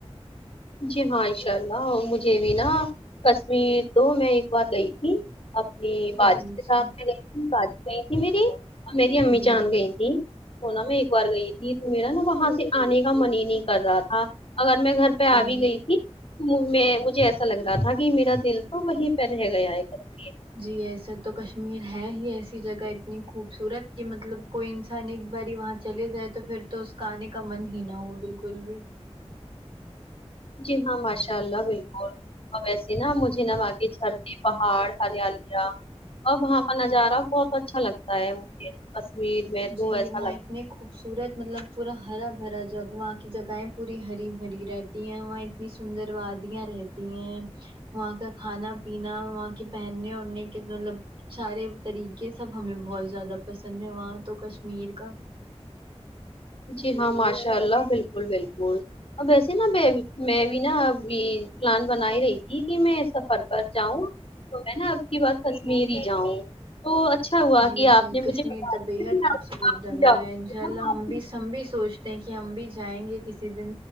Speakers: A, on the left; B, on the right.
A: جی ہاں انشاء اللہ مجھے بھی نا کشمیر تو میں ایک بار گئی تھی اپنی باجی
B: جی
A: کے
B: جی
A: ساتھ میں گئی تھی باجی گئی تھی میری اور میری امی
B: جی
A: جان
B: جی
A: گئی تھی وہ نا میں ایک بار گئی تھی تو میرا نا وہاں سے آنے کا من ہی نہیں کر رہا تھا اگر میں گھر پے آ
B: جی
A: بھی گئی تھی میں مجھے ایسا لگ رہا تھا کہ میرا دل تو وہیں پے رہ گیا ہے کشمیر
B: جی ایسے تو کشمیر ہے ہی ایسی جگہ اتنی خوبصورت کی مطلب کوئی انسان ایک باری وہاں چلے جائے تو پھر تو اس کا آنے کا من ہی نہ ہو بالکل بھی
A: جی ہاں ماشاء اللہ بالکل اور ویسے نا مجھے نہ باقی جھرنے پہاڑ ہریالیا اور وہاں کا نظارہ بہت اچھا لگتا ہے مجھے کشمیر میں تو
B: جی
A: ایسا
B: واے
A: لگ
B: اتنی خوبصورت مطلب پورا ہرا بھرا جگ وہاں کی جگائیں پوری ہری بھری رہتی ہیں وہاں نی سندر وادیاں رہتی ہیں وہاں کا کھانا پینا وہاں کی پہننے اڑنے کے مطلب سارے طریقے سب ہمیں بہت زیادہ پسند ہے وہاں تو کشمیر کا
A: جی ہاں ماشاء اللہ بالکل بالکل آں ویسے نا میں میں بھی نا ابھی پلان بنا ہی رہی تھی کی میں سفر پر جاؤں تو میں نا اب کی بار کشمییر ہی جاؤں تو اچھا ہوا
B: جی
A: کہ
B: جی
A: آپ نے مجھے
B: کشمیر
A: بتا
B: تو
A: دیا
B: بےحد
A: کہ
B: خوبصورت
A: آپ آپ
B: جگہ
A: بھی جاؤ
B: ہے
A: گے
B: انشاء اللہ
A: نا، آپ
B: ہم بھی س ہم بھی سوچتے ہیں کی ہم بھی جائیں گے کسی دن